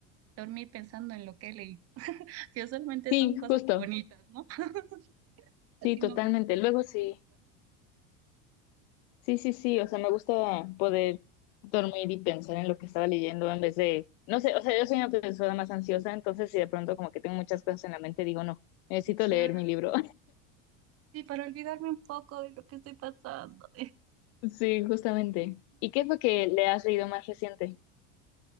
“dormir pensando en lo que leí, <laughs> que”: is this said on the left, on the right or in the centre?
Right